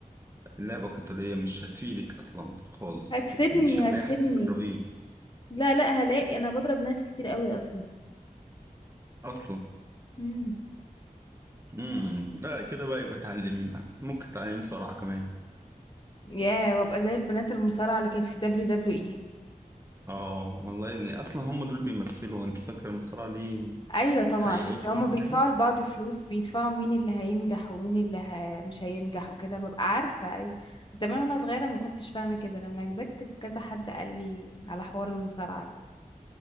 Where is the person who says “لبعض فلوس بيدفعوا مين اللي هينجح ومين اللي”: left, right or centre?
Left